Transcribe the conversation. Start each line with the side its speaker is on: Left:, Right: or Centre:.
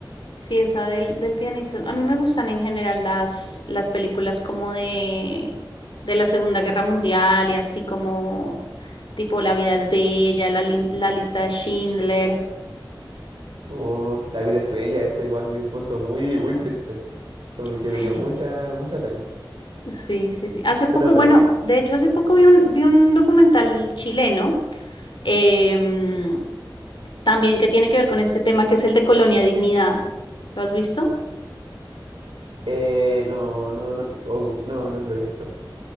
Left: Sí, esa del, del pianista. A mí me gustan en general las, las películas como de, de la Segunda Guerra Mundial y así como tipo La vida es bella, la, lin- la lista de Schindler.
Right: oh, la vida es bella, ese igual me puso muy, muy triste, como que
Left: <laughs>
Right: me dio
Left: Sí,
Right: mucha, mucha pena.
Left: sí, sí, sí. Hace poco,
Right: Pero lo-
Left: bueno,
Right: has log-
Left: de hecho hace poco vi un, vi un documental chileno em, también que tiene que ver con este tema que es el de Colonia Dignidad. ¿Lo has visto?
Right: eh, no, no, no, oh, no, no lo he visto.